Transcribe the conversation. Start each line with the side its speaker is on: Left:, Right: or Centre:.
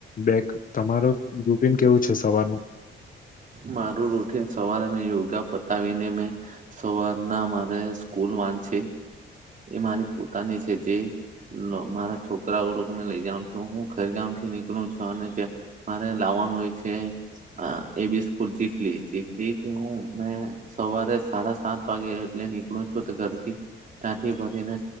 Left: બેગ તમારો રુટીન કેવું છે સવારનું
Right: મારું રૂટીન સવારે મેં યોગા પતાવીને મેં સવારના મારે સ્કૂલ વાચી એ મારી પોતાની છે જે મારા છોકરાઓ લોકોને લઈ જમ છું હું ખ ગ છ થી નીકળું છુ અને મારે લાવવાનું હોય છે એ બી સ્કૂલ ચીખલી ચીખલી થી હું મે સવારે સાડા સાત વાગે મેં નીકળું છું તો ઘરથી ત્યાંથી ભરીને